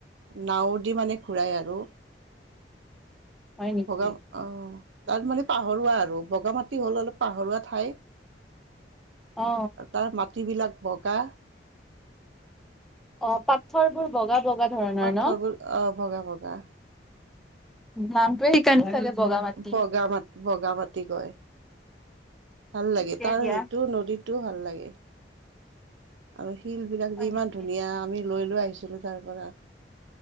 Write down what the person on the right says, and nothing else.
নাওৰ দি মানে ঘূৰাই আৰু। ত
বগা অ তাৰ মানে পাহৰুৱা আৰু বগা মাটি হ'ল অলপ পাহৰুৱা ঠাই।
তাৰ মাটিবিলাক বগা।
পাঠবোৰ
আহ বগা বগা।
বগা মাটি বগা মাটি কয় ভাল লাগে
তাৰ
সেইটো নদীতটো ভাল লাগে, আৰ শিল বিলাক
যে ইমান
ধুনীয়া আমি লৈ লৈ আহিছিলো তাৰ পৰা।